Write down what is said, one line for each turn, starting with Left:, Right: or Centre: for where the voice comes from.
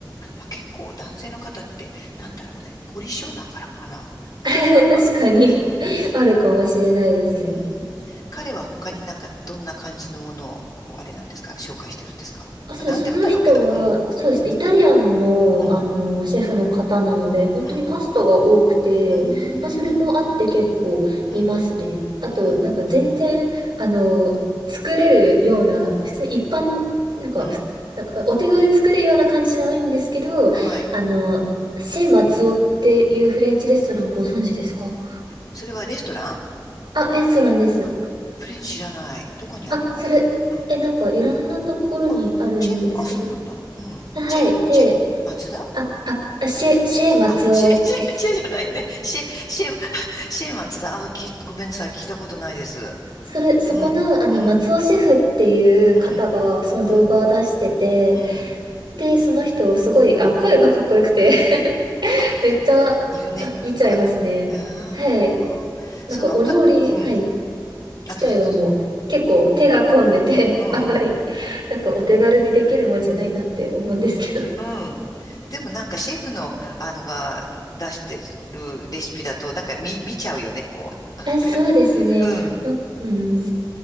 Left: まあ、結構男性の方って、なんだろうね、凝り性だからかな。
Right: <laughs>
Left: <laughs>
Right: 確かに <laughs> あるかもしれないですね。
Left: うーん、彼は他になんかどんな感じのものを、こう、あれなんですか、紹介してるんですか。
Right: あ、
Left: まあ、
Right: そうです。
Left: 何でもだろうけど、
Right: その人は、
Left: うん、
Right: そうですね、イタリアンの、
Left: うん、
Right: あの、シェフの方なので、本当にパスタが多くて、
Left: うん、うー
Right: まあ、それもあって結構見ますね。
Left: ん、うん、
Right: あと、
Left: うーん、
Right: なんか全然、
Left: うん、
Right: あの、作れるような、普通に一般、なんか、
Left: うん
Right: ふなんかお手軽に作れるような感じじゃないんですけど、
Left: はい。
Right: あの、シェ・マツオっていうフレンチレストランご存知ですか
Left: それはレストラン
Right: あ、レストランです。
Left: あ、フレンチ知らない。どこにあるのうん。
Right: あ、それ、え、なんかいろんなところにあるんですけど、
Left: あ、チェ、あ、そうなんだ。うん。
Right: はい。
Left: チェ、
Right: で、
Left: チェ、松田
Right: あ、あ、シェ、シェ松尾です。
Left: あ、シェ、チェ、<laughs> チェじゃないね。シェ、シェ、<laughs>
Right: <laughs>
Left: シェ松だ。あ、き、ごめんなさい。聞いたことないです。
Right: それ、そこの、
Left: うん、
Right: あの、
Left: うん、
Right: 松尾シェフっていう方が、
Left: うん、
Right: その動画を出してて、
Left: うん、うん。
Right: で、その人、すごい、あ、声がかっこよくて <laughs>
Left: あ、
Right: めっちゃ、あ
Left: いるね。かっこいい。
Right: 見ちゃいますね。
Left: ああ、
Right: はい。なんか、
Left: そのか、
Right: お料理、
Left: うん。
Right: はい、自体はもう、
Left: あ、どうぞどうぞ。
Right: 結構手が込んでて
Left: うんうん。
Right: <laughs>、あんまり、なんか、お手軽にできるもんじゃないなって思うんですけど。
Left: うん。でもなんかシェフの、あのが出してるレシピだと、なんか見、見ちゃうよね、こう。<laughs>
Right: え、そうですね。
Left: うん。
Right: なうん。